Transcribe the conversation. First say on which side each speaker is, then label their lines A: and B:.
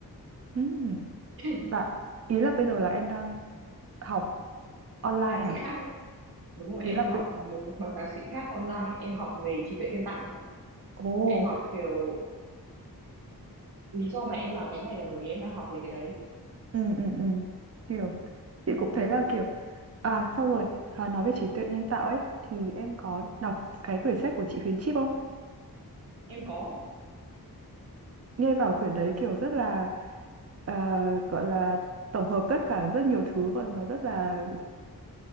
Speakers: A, on the right (about 40°); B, on the right (about 70°).
A: Ừ.
B: <laughs>
A: Bạn ý là bây giờ là em đang học online
B: Thạc
A: à?
B: sĩ khác ấy. đúng rồi
A: Ý
B: em
A: là
B: đang học
A: bây-
B: một bằng thạc sĩ khác online em học về trí tuệ nhân tạo nữa.
A: Ồ,
B: em học kiểu lý do mà em làm cái này là bởi vì em đang học về cái đấy
A: ừ, ừ, ừ, hiểu. Chị
B: thì
A: cũng thấy là kiểu, à, xong rồi, à, nói về trí tuệ nhân tạo ấy, thì em có đọc cái quyển sách của chị Huyền Chip không?
B: em có
A: Nghe bảo quyển đấy kiểu rất là, à, gọi là tổng hợp tất cả rất nhiều thứ và nó rất là